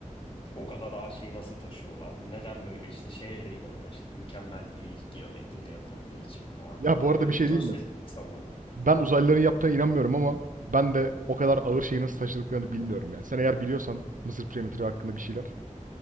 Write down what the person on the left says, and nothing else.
O kadar ağır şeyi nasıl taşıyorlar? Neden böyle işte şeye de inanıyor. İşte mükemmel bir geometriyle yapıldığı için falan.
Yani
böyle
bir ton
şey
sallıyor.